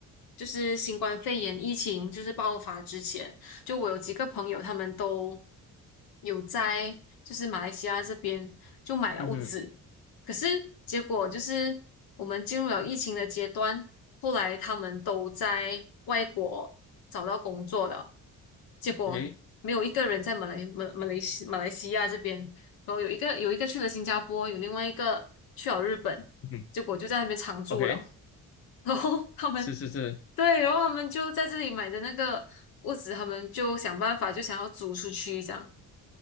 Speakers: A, on the left; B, on the left.
A: 就是新冠肺炎疫情就是爆发之前，就我有几个朋友，他们都有在就是马来西亚这边就买了物资。
B: 嗯哼，
A: 可是结果就是我们进入了疫情的阶段，后来他们都在外国找到工作了，结果没有一个人在马来马马来西马来西亚这边，
B: 诶，
A: 然后有一个有一个去了新加坡，有另外一个去了日本，
B: 嗯哼
A: 结果就在那边常住了，
B: ，OK，
A: <laughs> 然后他们
B: 是是是
A: 对，然后他们就在这里买的那个屋子，他们就想办法就想要租出去这样，